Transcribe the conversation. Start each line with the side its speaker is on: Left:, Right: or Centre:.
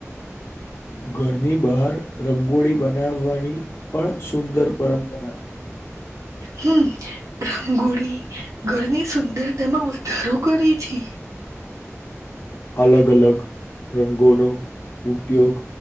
Left: ઘરની બહાર રંગોળી બનાવવાની પણ સુંદર પરંપરા
Right: હમ રંગોળી ઘરની સુંદરતામાં વધારો કરે છે.
Left: અલગ અલગ રંગોનો ઉપયોગ